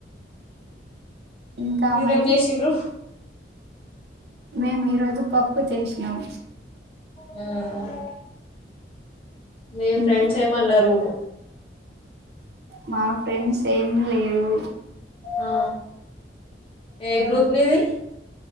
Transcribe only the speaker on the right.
ఇంకా
మరి
మేము ఈ రోజు పప్పు చేసాం నవు
ఉమ్,
మా ఫ్రెండ్స్ ఏం లేదు